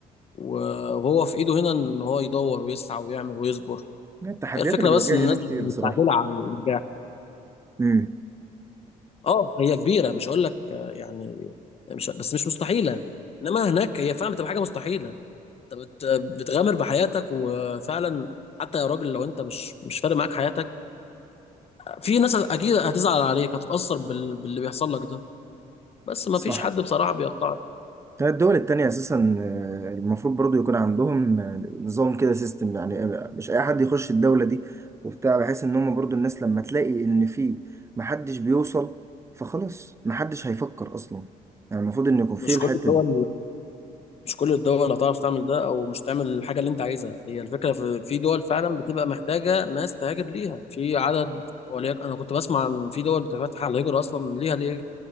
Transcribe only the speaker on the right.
التحديات
اللي بيواجهها
هنا كتير
بصراحه
مم.
صح
الدول التانية أساسا آه، المفروض برضو يكون عندهم آه، نظام كده سيستم يعني آه، مش أي حد يخش الدولة دي وبتاع بحيث إن هم برضو الناس لما تلاقي إن في محدش بيوصل فخلاص محدش هيفكر أصلا يعني المفروض إن يكون في
الحتة
دي